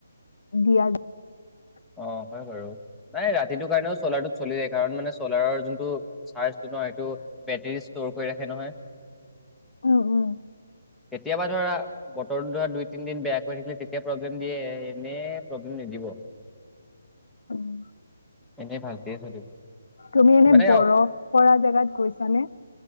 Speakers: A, on the left; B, in the centre.
A: দিয়া যা
B: অ হয় বাৰু নাই ৰাতিটোৰ কাৰণেও সোলাৰটো চলে কাৰন মানে সলাৰৰ যোনটো চাৰ্জটো ন সেইটো বেটেৰী ষ্ট'ৰ কৰি ৰাখে নহয়
A: উম উম
B: কেতিয়াবা ধৰা বতৰো ধৰা দুই তিনদিন বেয়া কৰি থাকিলে তেতিয়া প্ৰব্লেম দিয়ে এনেই প্ৰব্লেম নিদিব
A: উম
B: এনেই ভালকেই চলিব
A: তুমি এনে
B: মানে
A: বৰফ পৰা জেগাত গৈছানে